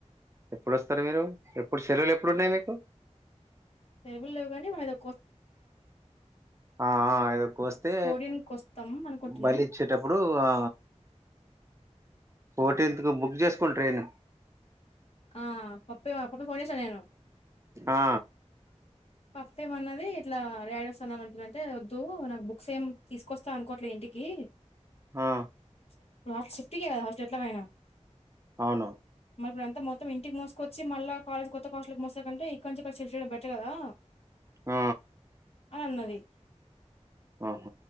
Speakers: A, on the right; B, on the left.
A: ఎప్పుడొస్తారు మీరు ఎప్పుడు సెలవులు ఎప్పుడున్నాయి మీకు
B: సెలవులు లేవు గనీ వైద్
A: ఆఆ ఇదకోస్తే
B: ఫోర్టీన్ కోస్తాం అనుకుంటున్నాం
A: బలిచ్చేటప్పుడు ఆ ఫోర్టీన్త్ కు బుక్ చేసుకోండి ట్రైన్
B: ఆ పప్పి పప్పి ఫోన్ చేశిన నేను
A: ఆ
B: పప్పి ఎం అన్నది ఇట్లా డాడీ వస్తనని అంటున్నారంటే వద్దు నాకు బుక్స్ ఏం తీసుకొస్తా అనుకోట్లేదు ఇంటికి
A: ఆ
B: <unintelligible> షిఫ్టీకదా హాస్ట్ ఎట్లా నైనా
A: అవును
B: మరి ఇప్పుడు అంత మొత్తం ఇంటికి మోకొచ్చి మళ్ళ కాలేజ్ కొత్తకాస్ట్ల్ కు మోసాంటే ఇంక చే ఇక్కడ చుచుడు బెటర్ కదా
A: ఆ
B: ఉన్నది
A: అహ